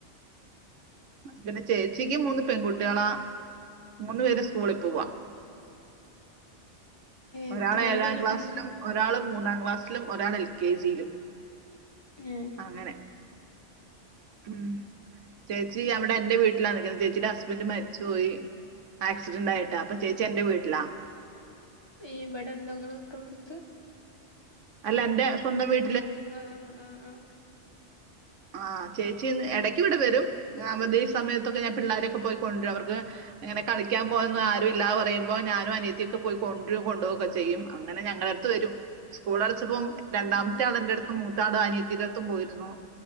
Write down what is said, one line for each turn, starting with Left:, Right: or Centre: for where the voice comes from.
Right: പിന്നെ ചേച്ചിക്ക് മൂന്ന് പെൺകുട്ട്യാളാ മൂന്നു പേരും സ്കൂളിൽ പോവാ
Left: എത്രേലാ
Right: ഒരാള് എഴാം
Left: പഠിക്കുന്നെ
Right: ക്ലാസ്സിലും ഒരാൾ മൂന്നാം ക്ലാസ്സിലും ഒരാൾ എൽ കെ ജിയിലും
Left: ഏ
Right: അങ്ങനെ ഉം ചേച്ചി അവിടെ എന്റെ വീട്ടിലാ നിക്കുന്ന ചേച്ചിന്റെ ഹസ്ബൻഡ് മരിച്ചു പോയി ആക്സിഡൻ്റായിട്ടാ അപ്പൊ ചേച്ചി എന്റെ വീ ലാ
Left: ഇവിടണ്ടോ ഇങ്ങള് നിക്ക്ണോട്ത്ത്
Right: അല്ല എന്റെ സ്വന്തം വീ
Left: ആ ആ ആ ആ
Right: ആ ചേച്ചി എടയ്ക്ക് ഇവിടെ വരും അവധി സമയത്തൊക്കെ ഞാൻ പിള്ളാരെയൊക്കെ പോയി കൊൻര്രും അവർക്ക് അങ്ങനെ കളിക്കാൻ പവാൻ ഒന്നും ആ രുല്ലാന്ന് പറയുമ്പോ ഞാനും അനിയത്തിയൊക്കെ പോയി കൊൻരും കൊണ്ടോവോക്കെ ചെയ്യും അങ്ങനെ ഞങ്ങളട്ത്ത് വരും സ്കൂൾ അടച്ചപ്പോം രണ്ടാമത്തെ
Left: ഉം ഉം
Right: ആളെന്റെ ട്ത്തും മൂ ത്താട് അനിയത്തിൻ്റട്ത്തും പോയിരുന്നു